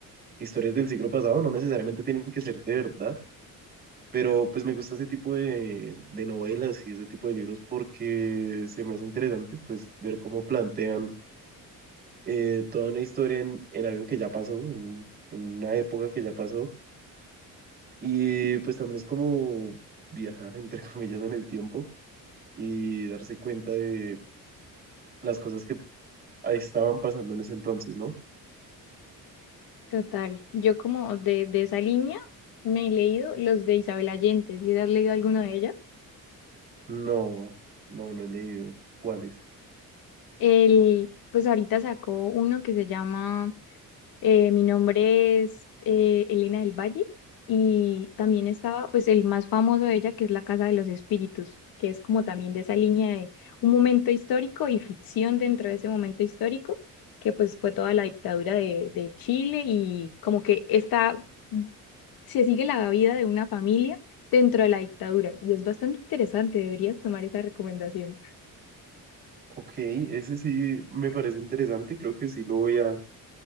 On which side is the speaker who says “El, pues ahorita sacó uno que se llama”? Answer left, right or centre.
Left